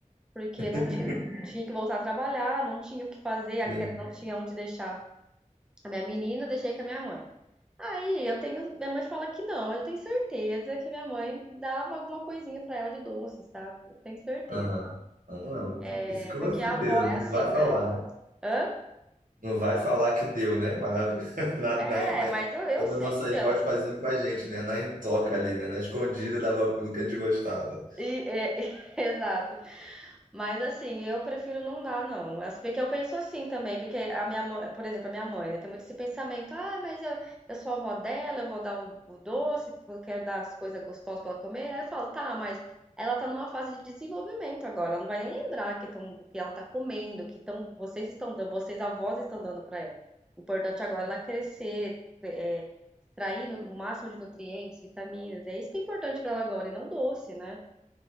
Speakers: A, in the centre; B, on the right.
A: porque
B: <laughs>
A: não tinha, tinha que voltar a trabalhar, não tinha o que fazer, a
B: Sim.
A: cre- não tinha onde deixar a minha menina, eu deixei com a minha mãe. Aí eu tenho, minha mãe fala que não, mas eu tenho certeza que minha mãe dava alguma coisinha pra ela de doce, sabe? Eu tenho certeza.
B: Aham. Ah, Não,
A: É,
B: isso com
A: porque
B: certeza,
A: a avó
B: não
A: é assim,
B: vai falar,
A: né?
B: né?
A: Hã?
B: Não vai falar que deu, né? Mas <laughs> na,
A: É,
B: na, na-
A: mas eu, eu
B: como
A: sei
B: as nossas
A: que deu.
B: vozes faziam com a gente, né? Na intoca ali, né? Na escondida dava aquilo que a gente gostava.
A: E, é, <laughs> exato. Mas assim, eu prefiro não dar, não. As- Porque eu penso assim também, porque a minha mãe, por exemplo, a minha mãe, né, tem muito esse pensamento, ah, mas eu, eu sou a avó dela, eu vou dar o, o doce, eu quero dar as coisas gostosas pra ela comer. Aí eu falo, tá, mas ela tá numa fase de desenvolvimento agora, ela não vai nem lembrar que tão, que ela tá comendo, que tão, vocês estão dando, vocês avós estão dando pra ela. O importante agora é ela crescer, é, extrair no- o máximo de nutrientes, vitaminas. É isso que é importante pra ela agora, e não doce, né?